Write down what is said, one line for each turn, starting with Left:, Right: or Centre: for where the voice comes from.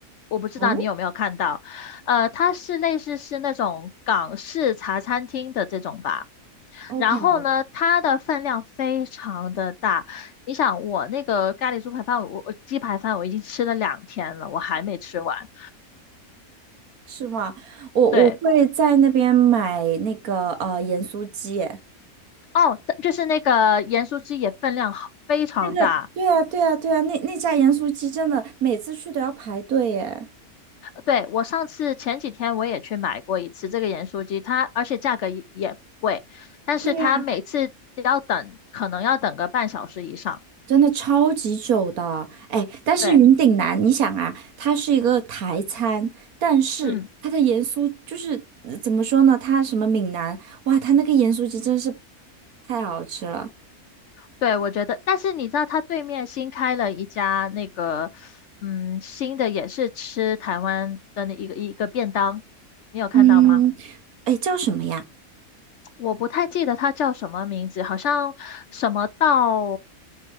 Left: 我不知道你有没有看到，
Right: 哦
Left: 呃，它是类似是那种港式茶餐厅的这种吧。
Right: ，OK，
Left: 然后呢，它的分量非常的大。你想，我那个咖喱猪排饭，我我鸡排饭我已经吃了两天了，我还没吃完。
Right: 是吗？我我会在那边买那个呃盐酥鸡耶
Left: 对，哦，它就是那个盐酥鸡也分量好非常大。
Right: 那个，对啊，对啊，对啊，那那家盐酥鸡真的每次去都要排队耶。
Left: 对，我上次前几天我也去买过一次这个盐酥鸡，它而且价格也也不贵，但是它每次要等，
Right: 对呀，
Left: 可能要等个半小时以上。
Right: 真的超级久的。哎，但是云顶南，
Left: 对，
Right: 你想啊，它是一个台餐，但是它的盐酥就是呃怎么说呢？
Left: 嗯，
Right: 它什么闽南，哇，它那个盐酥鸡真是太好吃了。
Left: 对，我觉得，但是你知道它对面新开了一家那个，嗯，新的也是吃台湾的那一个一个便当，你有看到吗？
Right: 嗯，哎，叫什么呀？
Left: 我不太记得它叫什么名字，好像什么稻